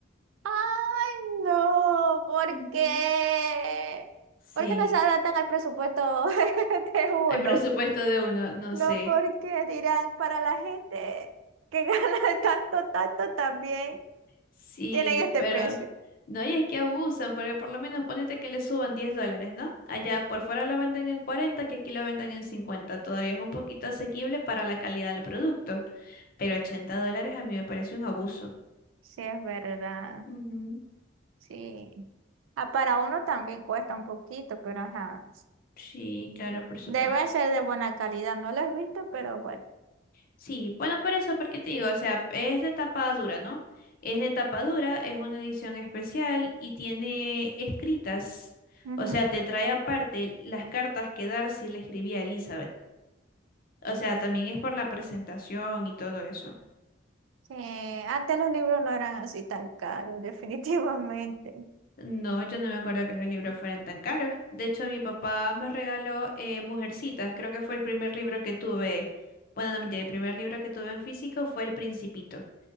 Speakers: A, on the right (about 85°); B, on the left (about 45°).
A: ¡Ay, no! ¿Por
B: Ujú.
A: qué?
B: Sí.
A: ¿Por qué no se adaptan al presupuesto <laughs> de uno?
B: El presupuesto de uno, no
A: No,
B: sé.
A: porque dirán, para la gente que <laughs> gana tanto, tanto, también
B: Sí,
A: tienen este
B: pero
A: precio.
B: no, y es que abusan, porque por lo menos ponete que le suban 10 dólares, ¿no? Allá por fuera lo venden en 40, que aquí lo venden en 50, Todavía es un poquito asequible para la calidad del producto, pero 80 dólares a mí me parece un abuso.
A: Sí, es verdad.
B: Ujú.
A: Sí. Ah, para uno también cuesta un poquito, pero ajá.
B: Sí, claro, por supuesto.
A: Debe ser de buena calidad. No lo he visto, pero bueno.
B: Sí, bueno, por eso, porque te digo, o sea, es de tapa dura, ¿no? Es de tapa dura, es una edición especial y tiene escritas,
A: Ujú.
B: o sea, te trae aparte las cartas que Darcy le escribía a Elizabeth. O sea, también es por la presentación y todo eso.
A: Sí, antes los libros no eran así tan caros, <laughs> definitivamente.
B: No, yo no me acuerdo que los libros fueran tan caros. De hecho, mi papá me regaló eh, Mujercitas, creo que fue el primer libro que tuve. Bueno, no mentira, el primer libro que tuve en físico fue El Principito.